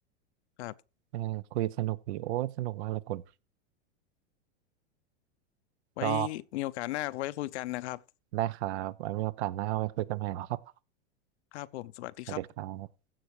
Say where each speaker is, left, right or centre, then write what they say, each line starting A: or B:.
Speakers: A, on the left; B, on the right.
A: ครับ
B: เออคุยสนุกดีโอ้สนุกมากเลยคุณ
A: ไว้
B: ก็
A: มีโอกาสหน้าไว้คุยกันนะครับ
B: ได้ครับไว้มีโอกาสหน้าไว้คุยกันใหม่นะครับ
A: ครับผมสวัสดีครับ
B: สวัสดีครับ